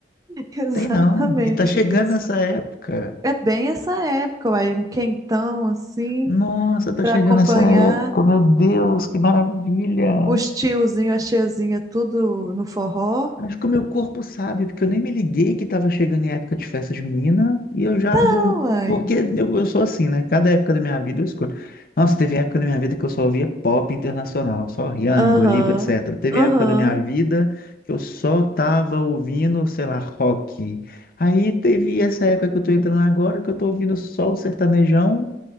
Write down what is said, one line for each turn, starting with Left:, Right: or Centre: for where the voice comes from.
Right: <laughs> exatamente
Left: Tem não. E tá chegando
Right: isso.
Left: essa época.
Right: É bem essa época, aí um quentão assim
Left: Nossa, tá
Right: para
Left: chegando
Right: acompanhar
Left: essa época. Meu Deus, que maravilha!
Right: os tiozinhos, as tiazinhas, tudo no forró.
Left: Acho que o meu corpo sabe, porque eu nem me liguei que estava chegando em época de festa junina e eu já
Right: Tá,
Left: vou.
Right: uai.
Left: Porque eu, eu sou assim, né? Cada época da minha vida eu escolho. Nossa, teve época da minha vida que eu só ouvia pop internacional, só Rihanna,
Right: Aham,
Left: Dua Lipa, etc. Teve
Right: aham.
Left: época da minha vida que eu só tava ouvindo, sei lá, rock. Aí teve essa época que eu tô entrando agora que eu tô ouvindo só o sertanejão.